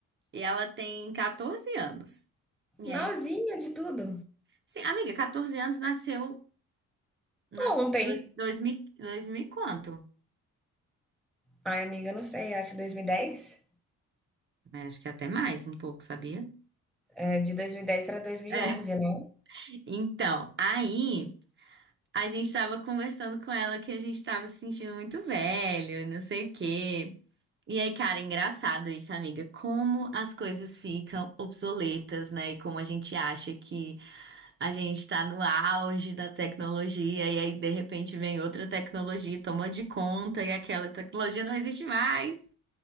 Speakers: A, on the right; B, in the centre.
A: e ela tem 14 anos. E aí
B: novinha de tudo.
A: Sim, amiga, 14 anos nasceu, nasceu
B: Ontem.
A: dois, dois mil, dois mil e quanto?
B: Ai, amiga, não sei, acho que 2010?
A: É, acho que até mais um pouco, sabia?
B: É, de 2010 pra 2011,
A: É. <laughs>
B: né?
A: Então, aí a gente tava conversando com ela que a gente tava se sentindo muito velho, e não sei o quê. E aí, cara, é engraçado isso, amiga, como as coisas ficam obsoletas, né? E como a gente acha que a gente tá no auge da tecnologia, e aí de repente vem outra tecnologia, e toma de conta, e aquela tecnologia não existe mais.